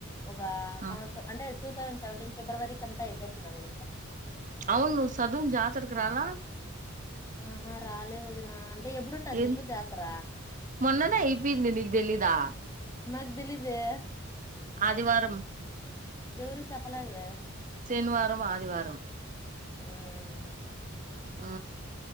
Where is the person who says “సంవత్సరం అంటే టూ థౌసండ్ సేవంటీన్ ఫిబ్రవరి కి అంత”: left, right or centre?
Left